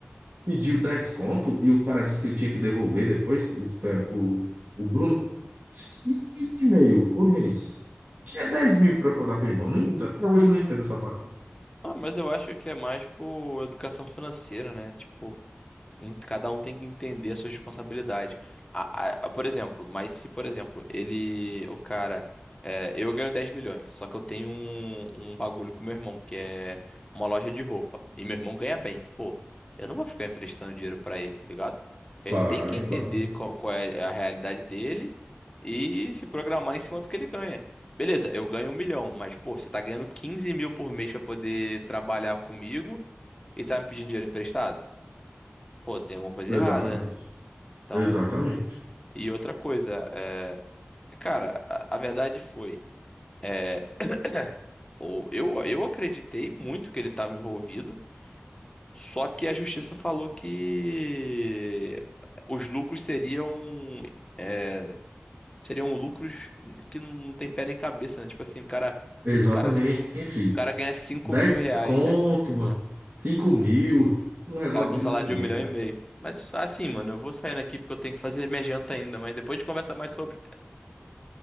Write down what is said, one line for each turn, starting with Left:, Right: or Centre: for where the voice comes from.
Right: pediu 10 conto e o cara disse que ele tinha que devolver depois, o, Fer, o, o Bruno, Isso tá um e meio por mês. Que é dez mil para dar pro irmão. Não en- até hoje eu não entendo essa parada.
Left: Ah, mas eu acho que é mais por educação financeira, né? Tipo, Em- Cada um tem que entender a sua responsabilidade. A- a- por exemplo, mas se, por exemplo, ele, o cara, é, eu ganho 10 milhões, só que eu tenho um, um bagulho com meu irmão, que é uma loja de roupa, e meu irmão ganha bem. Pô, eu não vou ficar emprestando dinheiro pra ele, tá ligado? Ele
Right: Claro,
Left: tem que entender
Right: claro.
Left: qual, qual é a realidade dele e se programar em cima do que ele ganha. Beleza, eu ganho um milhão, mas, pô, você tá ganhando 15 mil por mês pra poder trabalhar comigo e tá me pedindo dinheiro emprestado? pô, tem alguma coisa
Right: Exatamente.
Left: errada, né? Então,
Right: Exatamente.
Left: e outra coisa, é, cara, a, a verdade foi, é, <clears throat> o- eu, eu acreditei muito que ele estava envolvido, só que a justiça falou que os lucros seriam, é, seriam lucros que não tem pé nem cabeça, né? Tipo assim, o cara,
Right: Exatamente.
Left: o cara, o cara ganha 5
Right: dez
Left: mil reais,
Right: conto,
Left: né?
Right: mano.
Left: Né?
Right: cinco mil. Não resolve
Left: O cara com
Right: a vida
Left: um salário
Right: de ninguém,
Left: de um milhão
Right: cara.
Left: e meio. Mas assim, mano, eu vou saindo aqui porque eu tenho que fazer minha janta ainda, mas depois a gente conversa mais sobre.